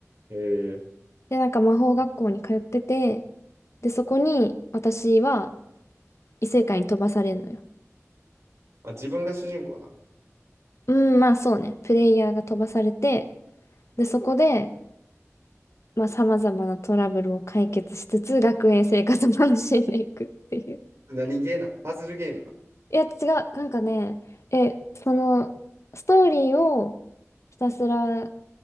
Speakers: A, on the right; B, on the left.
A: えー、
B: で、なんか魔法学校に通ってて、で、そこに私は異世界に飛ばされるのよ。
A: あ、自分が主人公な。
B: うん、まあそうね。プレイヤーが飛ばされて、で、そこで、まあ、様々なトラブルを解決しつつ、学園生活を楽しんでいくっていう。
A: 何ゲーな。パズルゲームな。
B: いや、違う。なんかね、え、その、ストーリーをひたすら